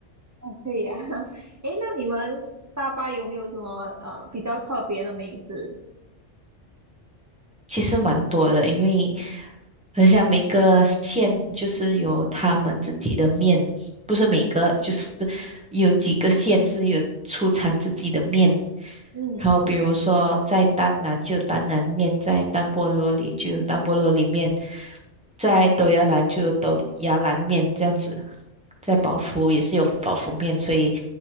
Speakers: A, on the right; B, in the centre.
A: 哦，可以啊。<laughs> 诶，那你们沙巴有没有什么呃比较特别的美食？
B: 其实蛮多的，因为很像每个县就是有他们自己的面，不是每个就是有几个县是有出产自己的面。
A: 嗯，
B: 然后比如说在丹南就有丹南面，在丹波罗里就有丹波罗里面，在斗芽兰就有斗芽兰面这样子，在宝福也是有宝福面，所以